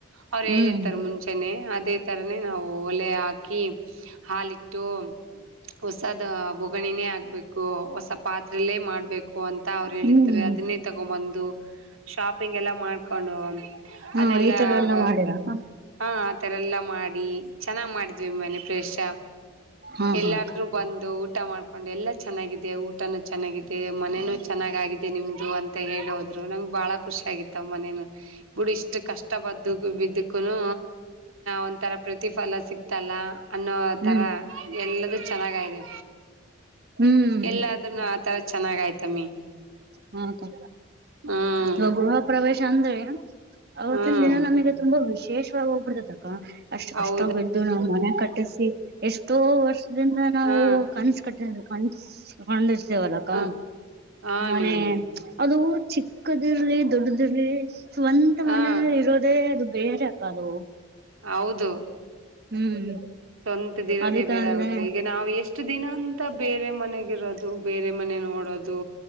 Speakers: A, on the right; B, on the right.
A: ಅವ್ರು
B: ಹ್ಮ್
A: ಹೇಳಿರ್ತಾರೆ ಮುಂಚೆನೆ ಅದೇ ಥರನೇ ನಾವು ಒಲೆ ಹಾಕಿ ಹಾಲಿಟ್ಟು ಹೊಸದ ಬೊಗಣಿನೇ ಆಗ್ಬೇಕು ಹೊಸ ಪಾತ್ರಲ್ಲೇ ಮಾಡ್ಬೇಕು ಅಂತ ಅವ್ರು ಹೇಳಿ
B: ಹ್ಮ್
A: ತಾರೆ ಅದನ್ನೇ ತಗೊಂಬಂದು ಶಾಪಿಂಗ್ ಎಲ್ಲ ಮಾಡ್ಕೊಂಡು
B: ಹಾ
A: ಅದೆಲ್ಲಾ
B: ಈ ತರ
A: ಆಗ
B: ಎಲ್ಲ ಮಾಡಿರಕ್ಕ
A: ಹ್ಮ್ ಆ ತರ ಎಲ್ಲ ಮಾಡಿ ಚೆನ್ನಾಗ್ ಮಾಡಿದ್ವಿ ಮನೆ ಪ್ರವೇಶ
B: ಹಾ
A: ಎಲ್ಲಾರೂ
B: ಹಾ ಅಕ್ಕ
A: ಬಂದು ಊಟ ಮಾಡ್ಕೊಂಡು ಎಲ್ಲ ಚೆನ್ನಾಗಿದೆ ಊಟನೂ ಚೆನ್ನಾಗಿದೆ ಮನೇನು ಚೆನ್ನಾಗಾಗಿದೆ ನಿಮ್ದ ಅಂತ ಹೇಳೋದ್ರು ನಂಗ್ ಭಾಳ ಖುಷಿ ಆಗತ್ತಾವ ಮನೇನು ಬುಡ್ ಇಷ್ಟು ಕಷ್ಟ ಬದ್ ಬಿದ್ ಕೂನು ಒಂಥರ ಪ್ರತಿಫಲ ಸಿಕ್ತಲ್ಲ ಅನ್ನೋ
B: ಹ್ಮ್
A: ತರ ಎಲ್ಲದು ಚೆನ್ನಾಗಾಗಿದೆ.
B: ಹ್ಮ್
A: ಎಲ್ಲಾದ್ರನು ಆ ತರ ಚೆನ್ನಾಗ್ ಆಯ್ತಮ್ಮಿ.
B: ಹೌದಾ
A: ಹ್ಮ್
B: ಅದೇ ಗೃಹ ಪ್ರವೇಶ ಅಂದ್ರೆ ಅವತ್ತಿನ
A: ಹ್ಮ್
B: ದಿನ ನಮಗೆ ತುಂಬಾ ವಿಶೇಷವಾಗಿ ಹೋಗ್ಬಿಡ್ತೈತಕ್ಕ. ಅಷ್ಟು
A: ಹೌದು
B: ಕಷ್ಟ ಬಿದ್ದು ನಾವ್ ಮನೆ ಕಟ್ಟಸಿ ಎಷ್ಟೋ ವರ್ಷ ಇದ್ರಂದ ನಾವು
A: ಹಾ
B: ಕನ್ಸ ಕಟ್ಟ ಕನ್ ಕಂಡಿರ್ತೇವಲ್ಲಕಾ
A: ಹ ಹಾ
B: ಮನೆ
A: ಮ್ಯಾಮ್
B: ಅದು ಚಿಕ್ಕದಿರ್ಲಿ ದೊಡ್ಡದಿರಲಿ ಸ್ವಂತ
A: ಹಾ ಹಾ
B: ಮನೆಯಲ್ಲಿ ಇರೋದೇ ಅದು ಬೇರೆ ಅಕ್ಕ ಅದು.
A: ಹೌದು.
B: ಹ್ಮ್.
A: ಸ್ವಂತದ್ ಇರೋದೇ
B: ಅದಕ್ಕ
A: ಬೇರೆ
B: ಅಂದಾನೆ
A: ಆಗುತ್ತೆ ಈಗ ನಾವು ಎಷ್ಟು ದಿನ ಅಂತ ಬೇರೆ ಮನೆಗಿರೋದು ಬೇರೆ ಮನೆನು ನೋಡೋದು